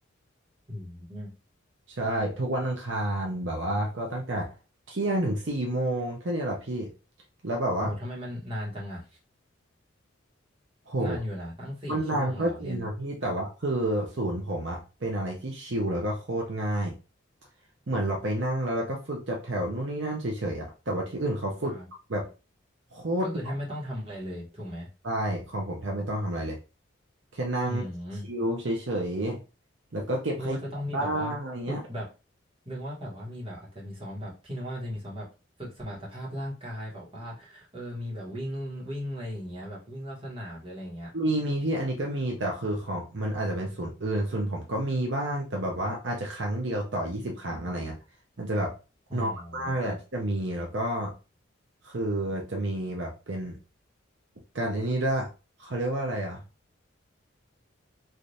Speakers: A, on the right; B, on the right.
A: อืม
B: ใช่ทุกวันอังคารแบบว่าก็ตั้งแต่เที่ยงถึงสี่โมงแค่เนี้ยแหละพี่แล้วแบบว่า
A: โหทำไมมันนานจังอะ
B: โห
A: นานอยู่นะตั้งสี่ชั่วโมงเลยเหรอเรียนค่ะ
B: มันนานก็จริงครับพี่แต่ว่าคือศูนย์ผมอะเป็นอะไรที่ชิลแล้วก็โคตรง่ายเหมือนเราไปนั่งแล้วเราก็ฝึกจัดแถวนู่นนี่นั่นเฉยๆอะแต่ว่าที่อื่นเขาฝึกแบบ
A: อ่า
B: โคตรหนัก
A: ก็คือแทบไม่ต้องทำอะไรเลย ถูกไหม
B: ใช่ของผมแทบไม่ต้องทำอะไรเลยแค่นั่งชิลเฉยๆแล้วก็เก็บขยะบ้างอะไรเงี้ย
A: อืมนึกว่าจะต้องมีแบบว่าฝึกแบบนึกว่าแบบว่ามีแบบอาจจะมีซ้อมแบบพี่นึกว่ามันจะมีซ้อมแบบฝึกสมรรถภาพร่างกายแบบว่าเออมีแบบวิ่งวิ่งอะไรอย่างเงี้ยแบบวิ่งรอบสนามหรืออะไรอย่างเงี้ย
B: มีมีพี่อันนี้ก็มีแต่คือของมันอาจจะเป็นศูนย์อื่นศูนย์ผมก็มีบ้างแต่แบบว่าอาจจะครั้งเดียวต่อยี่สิบครั้งอะไรเงี้ยอาจจะแบบน้อยมากเลยอะที่จะมีแล้วก็
A: อ๋อครับ
B: คือจะมีแบบเป็นการไอ้นี่ด้วยเขาเรียกว่าอะไรอ่ะ